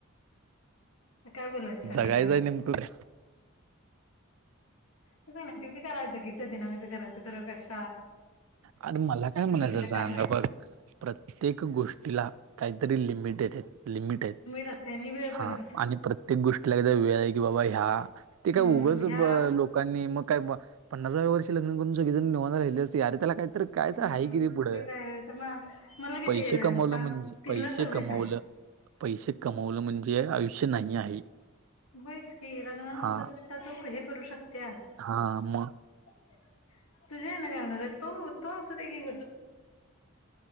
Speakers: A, on the left (about 85°); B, on the right (about 80°).
A: काय बोलाय सांगाच्यावर
B: जगायचंय नेमकं
A: ते स करायचं की कधी ना कधी करायचं खरं कश
B: अरे मला काय म्हणायचं
A: तिला
B: सांगा
A: काय माहित
B: बघ प्रत्येक गोष्टीला काहीतरी लिमिटेड आहेत लिमिट आहेत
A: असते आणि वेळ पण
B: हा
A: असते
B: आणि प्रत्येक गोष्टीला एकदा वेळ आहे की बाबा ह्या
A: हम्म
B: ते काय उगच
A: ह्या
B: लोकांनी मग का पन्स हव्या वर्ष लग्नून सग जण निवाणार राहिली असते अरे त्याला का तर कायच
A: हम्म
B: आहे किती पुढं
A: तेच आहे तर मग मला किती
B: पैसे
A: एज आहे
B: कमवलं
A: सांग
B: म्हणजे
A: तिला
B: पैसे
A: सव्वीस
B: कमवलं
A: आहे.
B: पैसे कमवलं म्हणजे आयुष्य नाही आहे
A: होईच कि लग्नानंतर
B: हा
A: सुद्धा तू हे करू शकतेस.
B: हा मग
A: ते तुझे आहे ना काय होणार तो तो अस दे की?